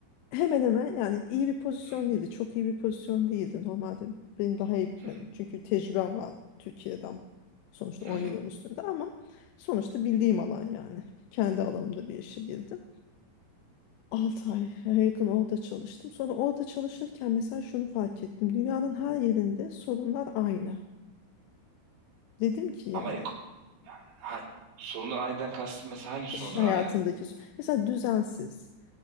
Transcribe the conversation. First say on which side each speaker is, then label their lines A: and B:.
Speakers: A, on the left (about 80°); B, on the right (about 65°).
A: hemen hemen yani iyi bir pozisyon
B: Hı hı.
A: değildi. Çok iyi bir pozisyon değildi. Normalde benim daha iyi
B: Hı
A: yani
B: hı.
A: çünkü tecrübem var Türkiye'den sonuçta
B: Hı
A: 10
B: hı.
A: yılın üstünde ama sonuçta bildiğim alan yani. Kendi alanımda bir işe girdim. 6 ay e, yakın orada çalıştım. Sonra orada çalışırken mesela şunu fark ettim. Dünyanın her yerinde sorunlar aynı. Dedim ki yani
B: Ama Ha, sorunlar aynıdan kastım mesela hangi sorunlar
A: İş hayatındaki
B: aynı?
A: su- mesela düzensiz